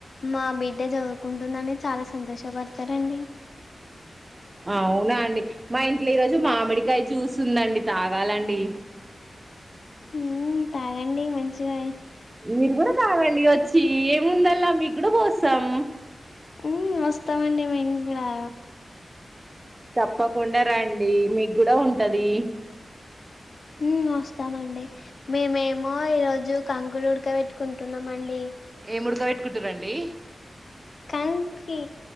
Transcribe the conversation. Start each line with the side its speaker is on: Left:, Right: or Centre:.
Left: మా బిడ్డ చదువుకుంటుందని చాలా సంతోషపడుతారండి.
Right: అవునా అండి మా ఇంట్లో ఈ రోజు మామిడికాయ్ జ్యూస్ ఉందండి తాగాలండి.
Left: ఉ తాగండి మంచిగాయే
Right: మీరు కూడా తాగండి వచ్చి ఏముందలా మీకు కూడా పోస్తాం.
Left: ఊ వస్తామండి మేమ్ కూడా
Right: తప్పకుండా రండి మీకు కూడా ఉంటది
Left: ఉమ్ వస్తామండి మేమేమో ఈరోజు కంకులు ఉడకవబెట్టుకుంటున్నాం అండి.
Right: ఏం ఉడకబెట్టుకుంటురండి
Left: కంకీ